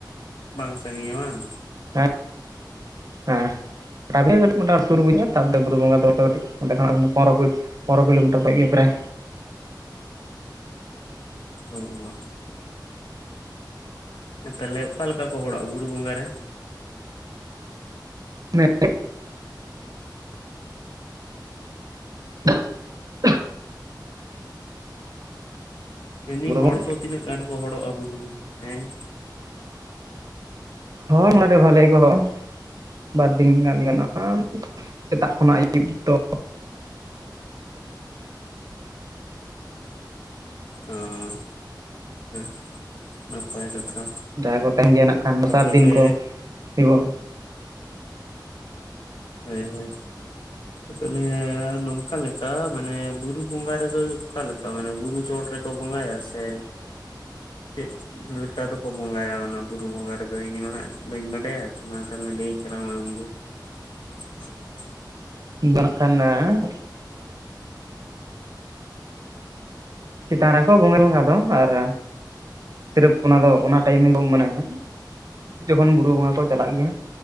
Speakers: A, on the left (about 75°); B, on the right (about 50°).
A: ᱵᱟᱝ ᱥᱟᱺᱜᱤᱧᱟ ᱵᱟᱝ
B: ᱦᱮᱸ ᱦᱮᱸ ᱛᱟᱨᱯᱚᱨᱮ ᱠᱟᱹᱴᱤᱡ ᱢᱳᱴᱟᱢᱩᱴᱤ ᱥᱩᱨ ᱵᱩᱡᱷᱟᱹᱜ-ᱟ ᱛᱟᱯᱚᱨᱮ ᱵᱩᱨᱩ ᱵᱚᱸᱜᱟ ᱫᱚ ᱚᱱᱛᱮ ᱠᱟᱹᱴᱤᱡ ᱚᱸᱰᱮ ᱠᱷᱚᱱᱟᱜ ᱯᱚᱱᱨᱚ ᱠᱩᱲᱤ ᱯᱚᱱᱨᱚ ᱠᱤᱞᱳᱢᱤᱴᱟᱨ ᱫᱚ ᱦᱳᱭᱳ ᱜᱮᱭᱟ ᱯᱨᱟᱭ
A: ᱚᱸᱻᱻ ᱛᱟᱦᱚᱞᱮ ᱚᱠᱟ ᱞᱮᱠᱟ ᱠᱚ ᱦᱚᱲᱚᱜᱼᱟ ᱵᱩᱨᱩ ᱵᱚᱸᱜᱟ ᱨᱮ
B: ᱱᱮᱜ-ᱮ <unintelligible>
A: ᱢᱮᱱᱫᱟᱹᱧ
B: ᱵᱩᱨᱩ
A: ᱦᱚᱲ
B: ᱵᱚᱸᱜᱟ
A: ᱠᱚ ᱛᱤᱱᱟᱹᱜ ᱜᱟᱱ ᱠᱚ ᱦᱚᱲᱚᱜ-ᱟ? ᱦᱮᱸ,
B: ᱦᱚᱲ ᱢᱟ ᱟᱰᱤ ᱵᱷᱟᱞᱮ ᱠᱚ ᱦᱚᱲᱚᱜ-ᱟ᱾ ᱵᱟᱨᱫᱤᱱ <unintelligible> ᱥᱮᱛᱟᱜ ᱠᱷᱚᱱᱟᱜ ᱟᱹᱭᱩᱵ ᱫᱷᱟᱹᱵᱤᱡ ᱫᱚ
A: ᱦᱟᱸᱻ ᱦᱟ ᱱᱟᱯᱟᱭ ᱠᱟᱛᱷᱟ
B: ᱡᱟᱦᱟᱸᱭ ᱠᱚ ᱛᱟᱦᱮᱱ ᱜᱮᱭᱟ ᱱᱟᱜ ᱠᱷᱟᱱ ᱫᱚᱥᱟᱨ
A: ᱟᱨ ᱛᱟᱦᱚᱞᱮ
B: ᱫᱤᱱ ᱠᱚ ᱦᱩᱭᱩᱜᱼᱟ
A: ᱞᱟᱹᱭ ᱟᱹᱧ <unintelligible> ᱛᱟᱦᱚᱞᱮ ᱱᱚᱝᱠᱟ ᱞᱮᱠᱟ ᱢᱟᱱᱮ ᱵᱩᱨᱩ ᱵᱚᱸᱜᱟ ᱨᱮᱫᱚ ᱚᱠᱟᱞᱮᱠᱟ ᱢᱟᱱᱮ ᱵᱩᱨᱩ ᱪᱚᱴ ᱨᱮ ᱵᱚᱸᱜᱟᱭᱟ ᱥᱮ
B: <inaudible>
A: ᱪᱮᱫ ᱞᱮᱠᱟ ᱫᱚᱠᱚ ᱵᱚᱸᱜᱟᱭᱟ ᱚᱱᱟ ᱵᱩᱨᱩ ᱵᱚᱸᱜᱟ ᱨᱮᱫᱚ ᱤᱧᱢᱟ ᱦᱟᱸᱜ ᱵᱟᱹᱧ ᱵᱟᱰᱟᱭᱟ ᱢᱟ ᱛᱟᱦᱞᱮ ᱞᱟᱹᱭᱟᱹᱧ ᱛᱟᱞᱟᱝ ᱢᱮ ᱟᱢᱜᱮ <unintelligible>
B: ᱵᱮᱱᱟᱜ ᱠᱟᱱᱟᱭ ᱮᱸᱻ ᱪᱮᱛᱟᱱ ᱨᱮᱠᱚ ᱵᱚᱸᱜᱟ ᱵᱚᱸᱜᱟ ᱫᱚ ᱟᱨ ᱥᱤᱨᱯ ᱚᱱᱟᱫᱚ ᱚᱱᱟ ᱴᱟᱭᱤᱢ ᱵᱚ ᱢᱟᱱᱟᱮ ᱡᱚᱠᱷᱚᱱ ᱵᱩᱨᱩ ᱵᱚᱸᱜᱟ ᱠᱚ ᱪᱟᱞᱟᱜ ᱜᱮᱭᱟ